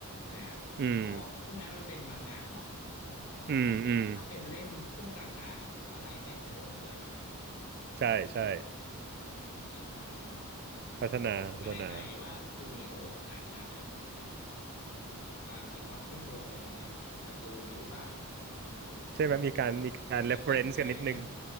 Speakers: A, on the left (about 65°); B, on the right (about 45°).
A: แต่
B: อืม
A: พอช่วงนั้นมันเป็นมังงะเนาะถ้าว่าถ้าเราอ่านแต่ถ้าเป็นเล่มช่วงกลางๆอ่ะผมว่าลายเส้นจะเริ่มสวยละ
B: อืมอืมใช่ใช่
A: ใช่โอ้
B: พัฒนาพัฒนา
A: ผมไม่แน่ใจว่าคูนิโออะอาจจะแบบอ่ามีความเชื่อมโยงอะไรบางอย่างกับการ์ตูนนี้หรือเปล่าเนาะ
B: ใช่ไหมมีการมีการ
A: อืมมันมันมันมีกลิ่นอายนะ
B: reference กันนิดนึง